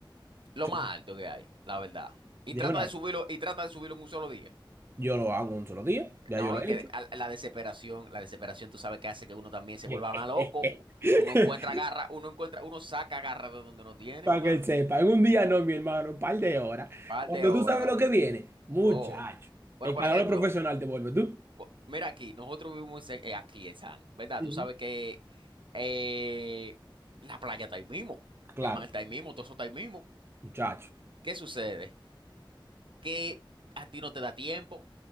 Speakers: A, on the right; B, on the right.
A: Lo
B: Yo-
A: más alto que hay, la verdad. Y
B: De
A: trata
B: una
A: de
B: vez.
A: subirlo, y trata de subirlo en un solo día.
B: Yo lo hago un solo día, ya
A: No,
B: yo lo he
A: que
B: hecho.
A: a- la desesperación, la desesperación, tú sabes que hace que uno también se
B: <laughs>
A: vuelva más loco. Uno encuentra garra, uno encuentra, uno saca garra de donde no tiene,
B: Para
A: hermano.
B: que sepa, un día no, mi hermano, un par de horas.
A: Par
B: Cuando
A: de horas,
B: tú sabes
A: la
B: lo
A: verdad.
B: que viene, muchacho,
A: Oh. Pero
B: el
A: por
B: calor
A: ejemplo,
B: profesional te vuelve tú.
A: po- mira aquí, nosotros vivimos en- eh, aquí en San, ¿verdad?
B: Ujú.
A: Tú sabes que eh, la playa está ahí mismo,
B: Claro,
A: el mar está ahí mismo, todo eso está ahí mismo.
B: muchacho.
A: ¿Qué sucede? que a ti no te da tiempo.